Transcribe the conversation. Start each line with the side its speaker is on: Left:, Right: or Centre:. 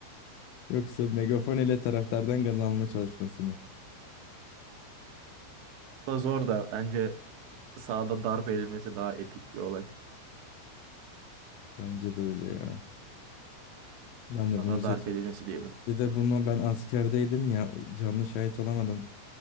Left: Yoksa megafon ile taraftardan gaz alma çalışması mı?
Right: da zor da bence sahada darp edilmesi daha epik bir olay.
Left: Bence de öyle ya. Ben de
Right: Sahada
Left: bunu seçerim.
Right: darp edilmesi diyelim.
Left: Bir de bunu ben askerdeydim ya canlı şahit olamadım.